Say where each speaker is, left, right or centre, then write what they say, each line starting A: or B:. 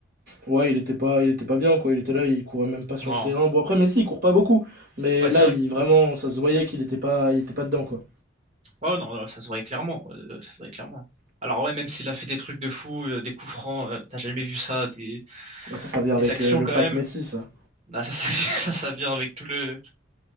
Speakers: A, on the right; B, on the right.
A: ouais il était pas il était pas bien quoi. Il était là, il courait même pas sur
B: non.
A: le terrain. Bon après Messi il court pas beaucoup, mais
B: Ouais,
A: là
B: c'est vrai
A: il vraiment ça se voyait qu'il était pas il était pas dedans quoi.
B: Oh non, non, ça se voyait clairement, euh, ça se voyait clairement. Alors ouais, même s'il a fait des trucs de fou, euh, des coups francs, euh, t'as jamais vu ça, des,
A: Ah, Ça ça vient
B: des
A: avec
B: actions
A: euh, le
B: quand
A: pack
B: même.
A: Messi ça.
B: Ah, ça, ça, <laughs> ça, ça vient avec tout le,